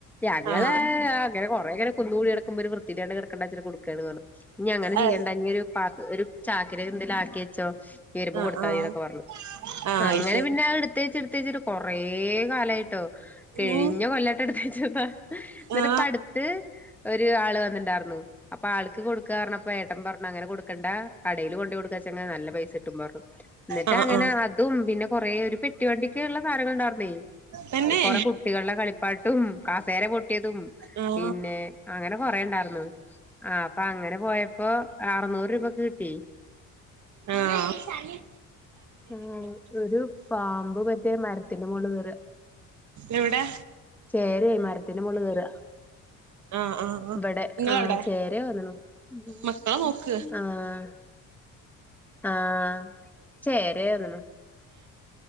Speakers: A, in the centre; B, on the right.
A: ഞങ്ങള്
B: ആ
A: അങ്ങനെ കൊറെ കുന്ന് കൂടി എടക്കുമ്പൊ രു വൃത്തില്ലാണ്ട് കടക്കണ്ടച്ച് ട്ട് കൊടുക്കാണ്ന്ന് പറഞ്ഞു ഇനി അങ്ങനെ ചെയ്യേണ്ട
B: ആ
A: ഒരു പ ഒരു ചാക്കി ല് എന്തേങ്കിലും ആക്കി വെച്ചോ ഇനിവെരുമ്പോ
B: ആ
A: കൊടുത്താതി
B: ആ
A: ന്നൊക്കെ പറഞ്ഞു
B: ആ
A: അങ്ങനെ
B: അയ്ശരി
A: പിന്നെ എടുത്തച്ച് ഇട്തച്ചിട്ട് കൊറേ കാലായിട്ടോ കെഴിഞ്ഞ
B: ഉം
A: കൊല്ലാട്ട എടുത്തച്ചതാ ന്നിട്ട്
B: ആ
A: പടുത്ത് ഒരു ആള് വന്നിണ്ടായിരുന്നു അപ്പൊ ആൾക്ക് കൊടുക്കാറ് ഞ്ഞപ്പോ ഏട്ടൻ പറഞ്ഞു അങ്ങനെ കൊടുക്കണ്ട കടേല് കൊണ്ട് കൊടുക്കാച്ചെങ്ങെ നല്ല പൈസ കിട്ടും പറഞ്ഞു ഇന്നിട്ട്
B: ആ
A: അങ്ങനെ
B: ആ
A: അതും പിന്നെ കൊറേ ഒരു പെട്ടിവണ്ടിക്ക് കുള്ള സാനങ്ങ ള് ണ്ടായിർന്നേ
B: തന്നെ
A: കൊറെ കുട്ടികള്ടെ കളിപ്പാട്ടും കാസേര പൊട്ടി യെതും
B: ആ
A: പിന്നെ അങ്ങനെ കൊറേ ഇണ്ടായിരുന്നു ആ അപ്പൊ അങ്ങനെ പോയപ്പോ ഇപ്പൊ അറനൂറ് രൂപക്ക് കിട്ടി
B: ആഹ്
A: ആ ഒരു പാമ്പ് മറ്റേ മരത്തിന്റെ മോള് കേറ
B: എവിടെ
A: ചേരെ യ്മരത്തിന്റെ മോള് കേറ
B: ആഹ് ആഹ് ആഹ്
A: ഇവിടെ
B: നിങ്ങളവിടെ
A: ആ ചേരേന്നു ണു
B: മക്കളെ നോക്ക്
A: ആഹ് ആഹ് ചെരെന്ന്ണു